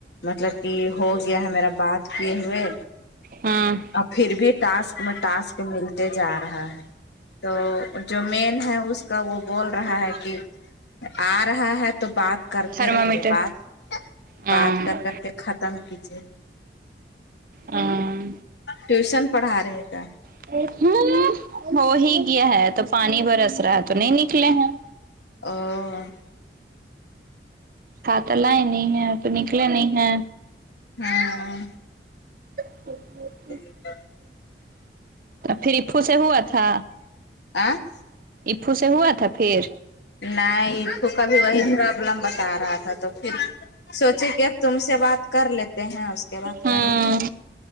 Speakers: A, on the left (about 75°); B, on the right (about 50°).
A: مطلب کہ ہو گیا ہے میرا بات کیے ہوئے
B: ہوں
A: اور پھر بھی ٹاسک میں ٹاسک ملتے جا رہا ہے تو جو مین ہے اس کا وہ بول رہا ہے کہ آ رہا ہے تو بات کرتے
B: تھرمامیٹر
A: رہیے بات
B: ہاں
A: بات کر کر کے ختم کیجیے
B: ہاں
A: ٹیوشن پڑھا رہے کیا
B: <unintelligible> ہو ہی گیا ہے تو پانی برس رہا ہے تو نہیں نکلے ہیں
A: <unintelligible>
B: تا لائے نہیں ہے تو نکلے نہیں ہے
A: ہاں
B: ج <unintelligible>
A: جٹ <unintelligible>
B: پھر اپو سے ہوا تھا
A: <unintelligible>
B: اپو سے ہوا تھا پھر
A: نہیں ایپھو کا بھی وہ لم بتا رہا تھا تو پھر سوچے کہ اب تم سے بات کر لیتے ہیں کے بات
B: ہوں
A: کریں گے